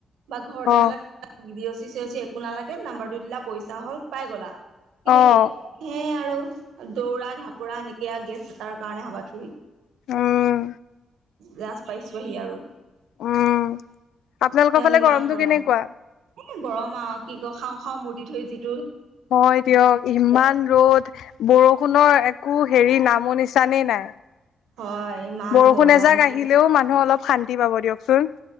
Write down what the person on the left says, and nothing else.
অ'
অ'
উম
উম আপোনালোকৰ
ফালে
গৰমটো
কেনেকুৱা?
হয় দিয়ক ইমান ৰ'দ। বৰষুণৰ একো হেৰি নামো নিচানেই নাই।
বৰষুণ
এজাক
আহিলেও মানুহ অলপ শান্তি পাব দিয়কচোন।